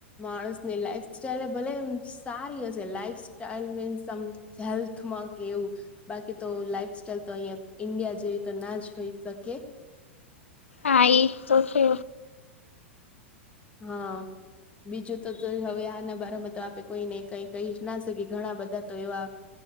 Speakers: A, on the left (about 20°); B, on the left (about 80°).
A: માણસની લાઈફ સ્ટાઈલ ભલે એમ સારી હશે લાઈફ સ્ટાઈલ મીન્સ આમ હેલ્થમાં કે એવું. બાકી તો લાઈફ સાઈલ તો અહીયાં ઈન્ડિયા જેવી તો ના જ હોઈ શકે.
B: હા ઈ તો છે.
A: હા. બીજું તો હવે આના બારમાં તો આપે કોઈને કઈ કહી ના શકીયે ઘણા બધા તો એવા.